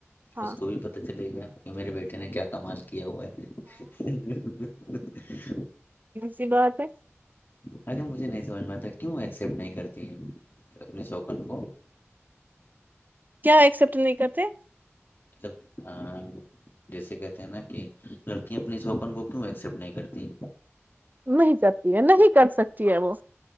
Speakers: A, on the right; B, on the left.
A: ہاں
B: اس کو بھی پتہ چلے گا کہ میرے بیٹے نے کیا کمال کیا ہوا ہے ہ <unintelligible> ج <unintelligible>
A: تی بات ہے
B: اچھا مجھے نہیں سمجھنا تھا کیوں ایکسپٹ نہیں کرتی ہے اپنے شوکن کو
A: کیا ایکسپٹ نہیں کرتے
B: مطلب ہاں جیسے کہتے ہیں نا کہ لڑکیا اپنی شوکن کو کیوں ایکسپٹ نہیں کرتی
A: نہیں جتی ہے نہیں کر سکتی ہے وہ